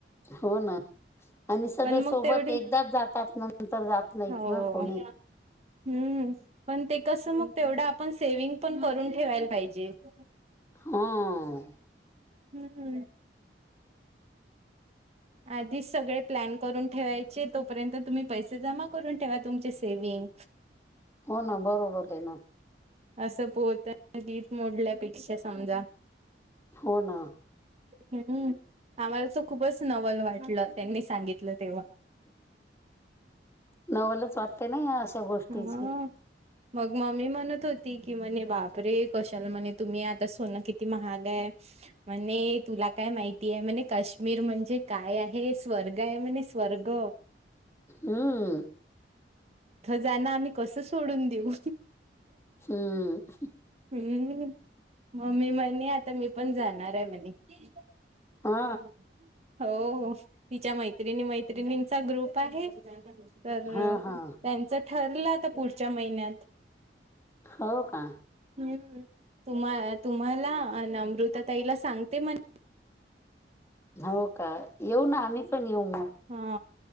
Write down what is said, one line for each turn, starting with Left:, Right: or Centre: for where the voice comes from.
Left: हो ना आणि सगळे
Right: पण मग
Left: सोबत
Right: तेवढी
Left: एकदाच जातात नंतर जात नाहीत
Right: हो
Left: ना कोणी.
Right: हम्म, पण ते कसं मग तेवढा आपण सेविंग पण करून ठेवायला पाहिजे. <inaudible>
Left: हं.
Right: हंम्म. आधीच सगळे प्लॅन करून ठेवायचे. तोपर्यंत तुम्ही पैसे जमा करून ठेवा तुमचे सेविंग.
Left: हो, ना बरोबर आहे ते
Right: असं पोत्या <unintelligible> मोडल्यापेक्षा समजा.
Left: हो ना.
Right: हम्म. आम्हाला तर खूपच नवल वाटलं त्यांनी सांगितलं तेव्हा.
Left: नवलच वाटते ना अशा गोष्टीची.
Right: हा. मग, मम्मी म्हणत होती की म्हणे बाप रे कशाला म्हणे तुम्ही? आता सोनं किती महाग आहे? म्हणे तुला काय माहिती आहे म्हणे, काश्मीर म्हणजे काय आहे स्वर्ग आहे म्हणे स्वर्ग.
Left: हंम्म.
Right: जानं आम्ही कसं सोडून देऊ.
Left: हम्म.
Right: हम्म. मम्मी म्हणे आता मी पण जाणार आहे म्हणे. चालतंय.
Left: हा
Right: हो हो तिच्या मैत्रिणी मैत्रिणींचा ग्रुप आहे तर.
Left: हा हा
Right: त्यांचं ठरलं आता पुढच्या महिन्यात.
Left: हो का.
Right: हम्म तुम्हा तुम्हाला अमृता ताईला सांगते म्हण
Left: हो का येऊ ना आम्ही पण येऊ मग.
Right: हा